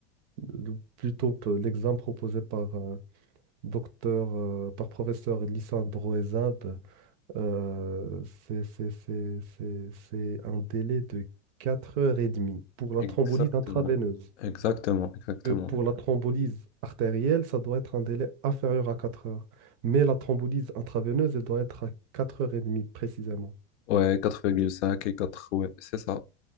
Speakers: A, on the right; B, on the left.
A: le- plutôt p- l'examen proposé par un docteur, euh, par professeur Lissandro Broezab. Euh, c'est c'est- c'est- c'est- c'est un délai de 4 heures et demie pour la
B: Exactement.
A: thrombolyse intraveineuse
B: Exactement, exactement.
A: que pour la thrombolyse artérielle, ça doit être un délai inférieur à 4 heures. Mais la thrombolyse intraveineuse, elle doit être à 4h30 précisément.
B: Ouais, quatre virgule cinq et quatre. ouais, c'est ça.